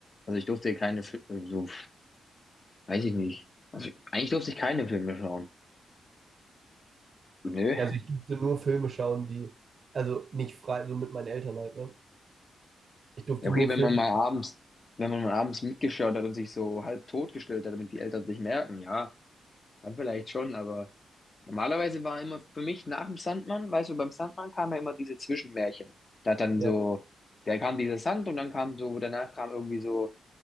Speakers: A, on the left (about 30°); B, on the right (about 50°).
A: also ich durfte keine Filme, so, weiß ich nicht. Also eigentlich durfte ich keine Filme schauen. Nö.
B: Also ich durfte nur Filme schauen, die, also nicht frei, so mit meinen Eltern halt, ne? Ich durfte
A: Ja, okay,
B: nur
A: wenn
B: Filme
A: man mal
B: schauen.
A: abends, wenn man mal abends mitgeschaut hat und sich so halb totgestellt hat, damit die Eltern es nicht merken, ja, dann vielleicht schon, aber. Normalerweise war immer für mich nach dem Sandmann, weißt du, beim Sandmann kam ja immer diese Zwischenmärchen. Da hat dann
B: Ja,
A: so, da kam dieser Sand und dann kam so, danach kam irgendwie so